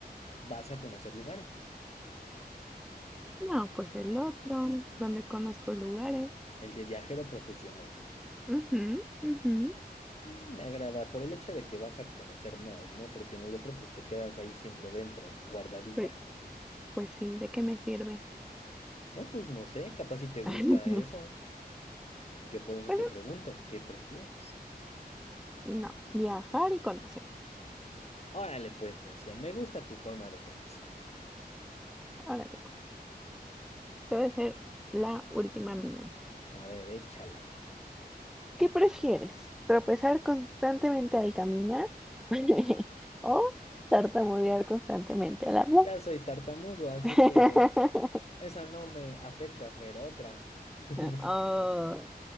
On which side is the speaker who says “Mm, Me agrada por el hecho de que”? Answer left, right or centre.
Left